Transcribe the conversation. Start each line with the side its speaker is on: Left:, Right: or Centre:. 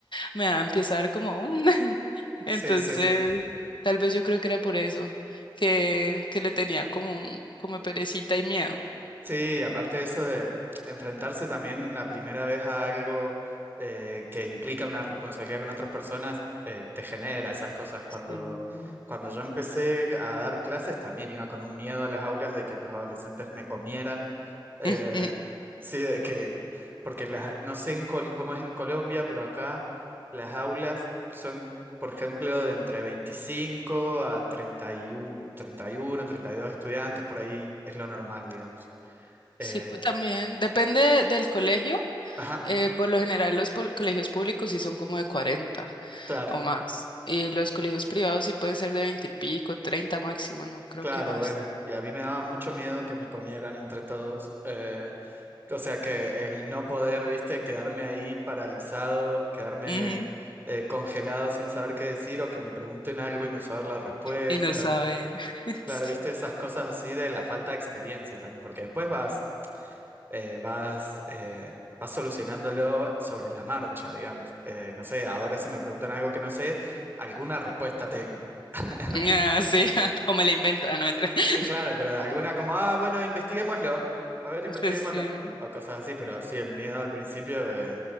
Left: me va a empezar como... un- <laughs> Entonces,
Right: Sí, sí, sí.
Left: tal vez yo creo que era por eso, que, que le tenía como, como perecita y miedo.
Right: Sí, aparte de eso de enfrentarse también la primera vez a algo eh, que implica una responsabilidad con otras personas, eh, te genera esas cosas. Cuando,
Left: Sí.
Right: cuando yo empecé a dar clases, también iba con un miedo a las aulas de que los adolescentes me comieran. eh,
Left: <laughs>
Right: sí, de que, porque las, no sé en Col- cómo es en Colombia, pero acá las aulas son, por ejemplo, de entre 25 a treinta treinta y uno, treinta y uno treinta y dos estudiantes, por ahí es lo normal, digamos. Eh,
Left: Sí, pu- también depende del colegio.
Right: ajá,
Left: eh, por lo general, los pol- colegios públicos sí son como de 40
Right: claro,
Left: o más. Y los colegios privados sí pueden ser de 20 y pico, 30 máximo, no creo
Right: claro,
Left: que más.
Right: bueno. Y a mí me daba mucho miedo que me comieran entre todos. eh, o sea, que el no poder, viste, quedarme ahí paralizado, quedarme
Left: Ujú,
Right: eh, congelado sin saber qué decir o que me pregunten algo y no saber la respuesta.
Left: Y no saber. <laughs>
Right: Claro,
Left: Sí.
Right: viste, esas cosas así de la falta de experiencia también, porque después vas, eh, vas, eh, vas solucionándolo sobre la marcha, digamos. Eh, no sé, ahora si me preguntan algo que no sé, alguna respuesta tengo. <laughs>
Left: Ah, sí. <laughs> O me la invento. Ah, no, mentira. <laughs>
Right: Y claro, pero de alguna como, ah, bueno, investiguémoslo. A ver, investiguémoslo.
Left: Pues sí.
Right: O cosas así, pero sí, el miedo al principio eh,